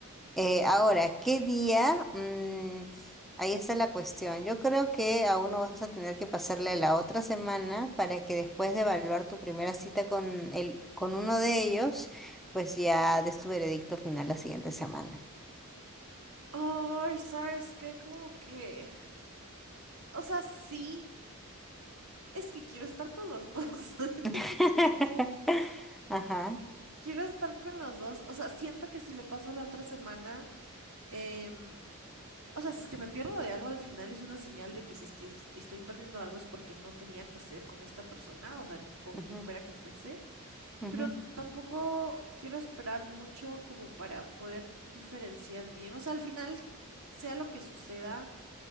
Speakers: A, in the centre; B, on the right (about 80°).
A: Eh, ahora, ¿qué día? Mm, ahí está la cuestión. Yo creo que aún no
B: ujú.
A: vas a tener que pasarle la otra semana para que después de evaluar tu primera cita con el, con uno de ellos, pues ya des tu veredicto final la siguiente semana.
B: Ay, ¿sabes qué? Como que, o sea, sí, es que quiero estar con los dos. <laughs>
A: <laughs> Ajá.
B: Quiero estar con los dos. O sea, siento que si lo paso la otra semana, em, o sea, si es que me pierdo de algo al final es una señal de que si es que es- estoy perdiendo algo es porque no tenía que ser con esta persona, o sea, con
A: Ujú,
B: quien fuera que fuese.
A: ujú,
B: Pero tampoco quiero esperar mucho como para poder diferenciar bien. O sea, al final, sea lo que suceda,